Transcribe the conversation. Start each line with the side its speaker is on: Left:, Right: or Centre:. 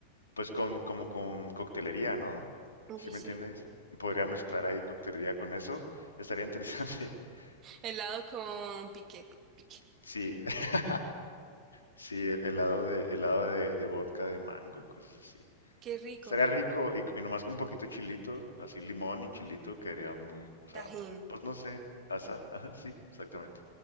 Left: pues con, como con coctelería, ¿no?
Right: Uy,
Left: ¿Sí me
Right: sí.
Left: entiendes? Podría mezclar ahí coctelería con eso. Estaría interesante. <laughs>
Right: Helado con piquete, pique.
Left: Sí, <laughs> sí, el- helado de, helado de, de vodka de mango, cosas así.
Right: Qué rico.
Left: Estaría rico y, y nomás con un poquito de chilito, así limón y chilito, quedaría muy, o sea,
Right: Tajín.
Left: pues no sé, asa, <laughs> ajá, sí, exactamente.